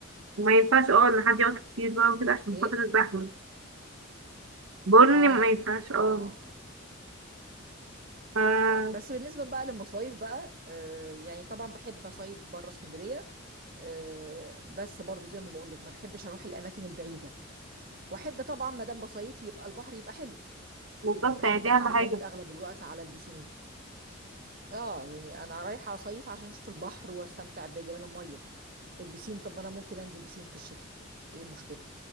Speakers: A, on the right (about 85°); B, on the right (about 45°).
A: ما ينفعش اه ان حد يقعد كتير بقى وكده عشان
B: ايه
A: خاطر الزحمة بقول
B: اه
A: اني ما ينفعش
B: اه
A: اه
B: اه اه
A: ف
B: اه بس بالنسبة بقى للمصايف بقى آه يعني طبعا بحب اصيف بره اسكندرية آه بس برضو زي ما بقول لك ما بحبش اروح الاماكن البعيدة واحب طبعا ما دام بصيف يبقى البحر يبقى حلو
A: بالظبط
B: يعني مش بحب
A: يعني دي
B: اعتمد
A: اهم حاجة
B: اغلب الوقت على البسين اه يعني انا رايحه اصيف عشان اشوف البحر واستمتع بجمال الميه البسين طب ما انا ممكن انزل بسين في الشتاء ايه المشكله